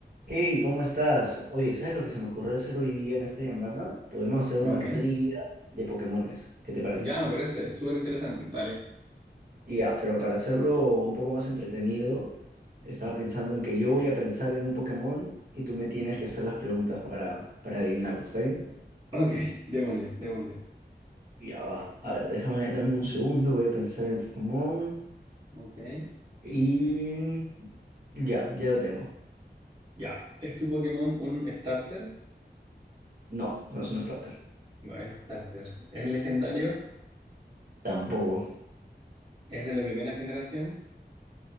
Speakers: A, on the right; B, on the right.
A: Hey, ¿cómo estás? Oye, ¿sabes lo que se me ocurrió hacer hoy día en esta llamada? Podemos hacer una
B: Ok,
A: trivia de Pokémones. ¿Qué te parece?
B: ya me parece súper interesante. Dale.
A: Y ya, pero para hacerlo un poco más entretenido, estaba pensando en que yo voy a pensar en un Pokémon y tú me tienes que hacer las preguntas para, para adivinarlo, ¿está bien?
B: Ok, <laughs> démosle, démosle.
A: Y Ya va. A ver, déjame, dame un segundo, voy a pensar en el Pokémon.
B: Ok.
A: Y ya, ya lo tengo.
B: Ya. ¿Es tu Pokémon un starter?
A: No, no es un starter.
B: No es starter. ¿Es legendario?
A: Tampoco.
B: ¿Es de la primera generación?